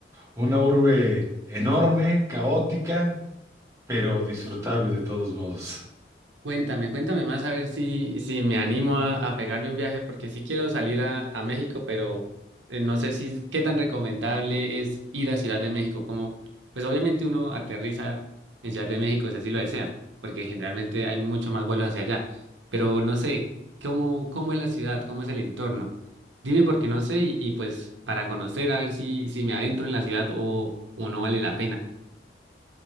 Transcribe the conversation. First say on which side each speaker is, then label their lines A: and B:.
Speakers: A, on the right; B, on the right.
A: una urbe enorme, caótica, pero disfrutable de todos modos.
B: Cuéntame, cuéntame más a ver si, si me animo a, a pegarme un viaje, porque sí quiero salir a, a México, pero eh, no sé si qué tan recomendable es ir a Ciudad de México. Como, pues obviamente uno aterriza en Ciudad de México si así lo desea, porque generalmente hay mucho más vuelos hacia allá. Pero no sé, cómo, cómo es la ciudad, cómo es el entorno. Dime porque no sé, y, y pues para conocer a ver si, si me adentro en la ciudad o, o no vale la pena.